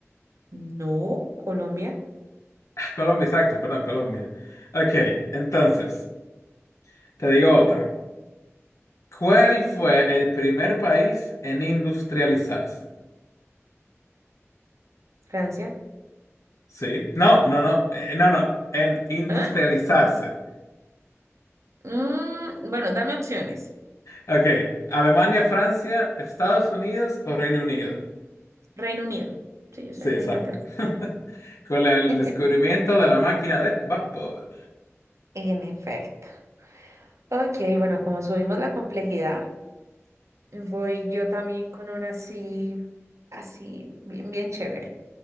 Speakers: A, on the right; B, on the left.
A: No, Colombia,
B: Ah, Colombia, exacto, perdón, Colombia. Ok, entonces, te digo otra. ¿Cuál fue el primer país en industrializarse?
A: Francia.
B: Sí. No, no, no. Eh, no, no. En industrializarse.
A: ¿Ah? Mm, bueno, dame opciones.
B: Ok. Alemania, Francia, Estados Unidos o Reino Unido.
A: Reino Unido. Sí, yo
B: Sí,
A: sabía
B: exacto.
A: que era Inglaterra.
B: <laughs> Con el
A: <laughs>
B: descubrimiento de la máquina de vapor.
A: En efecto. Ok, bueno, como subimos la complejidad. Voy yo también con una así, así, bien, bien chévere.